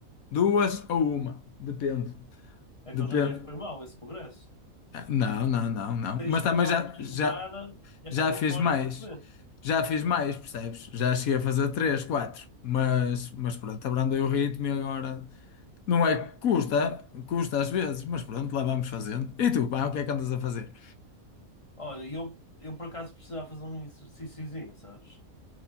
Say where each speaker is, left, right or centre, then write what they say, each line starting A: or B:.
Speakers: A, on the left; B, on the left.
A: Duas ou uma. Depende.
B: Então
A: Depende.
B: já nem foi mal esse progresso.
A: Ah, Não, não, não, não.
B: Seis
A: Mas também
B: quilómetros
A: já, já,
B: sem parar é
A: já
B: para uma
A: fiz
B: horinha
A: mais.
B: a correr.
A: Já fiz mais, percebes? Já cheguei a fazer três, quatro. Mas, mas pronto, abrandei o ritmo e agora. Não é que custa, custa às vezes, mas pronto, lá vamos fazendo. E tu, pá, o que é que andas a fazer?
B: Olha, e eu, eu por acaso precisava fazer um exercíciozinho, sabes?